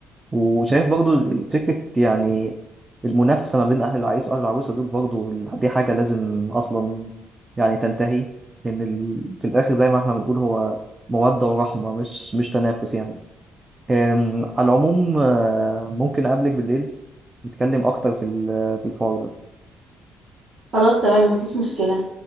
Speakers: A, on the right; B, on the right.
A: وشايف برضو فكرة يعني المنافسة ما بين أهل العريس وأهل العروسة دول برضو دي حاجة لازم أصلا يعني تنتهي لأن ال... في الآخر زي ما احنا بنقول هو مودة ورحمة مش مش تنافس يعني أم، على العموم آه، ممكن أقابلك بالليل نتكلم أكتر في ال- في الحوار ده
B: خلاص تمام مفيش مشكلة